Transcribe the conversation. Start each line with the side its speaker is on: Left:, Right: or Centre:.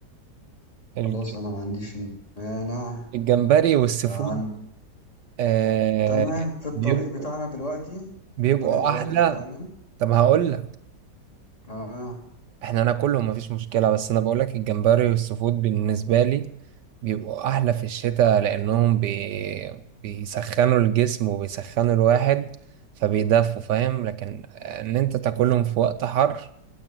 Right: الج-
Left: خلاص انا ما عنديش مانع
Right: الجمبري والسفود
Left: آه، عن...
Right: آه،
Left: تمام في الطريق
Right: بيبقوا
Left: بتاعنا دلوقتي
Right: بيبقوا
Left: في الطريق دلوقتي
Right: احلى
Left: بتاعنا
Right: طب هقول لك
Left: اه
Right: احنا ناكلهم مفيش مشكلة بس انا بقولك الجمبري والسفود بالنسبة لي بيبقوا احلى في الشتاء لانهم بي... بيسخنوا الجسم وبيسخنوا الواحد فبيدفوا فاهم لكن ان انت تاكلهم في وقت حر